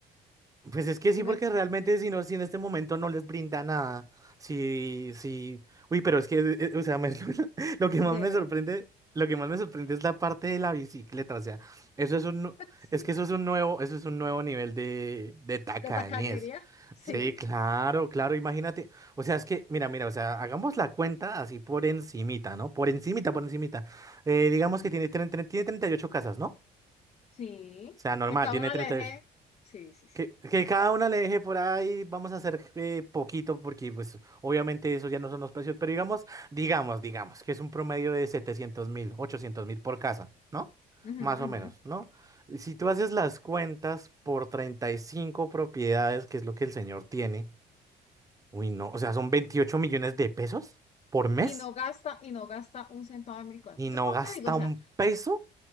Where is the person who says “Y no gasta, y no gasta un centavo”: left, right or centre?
Left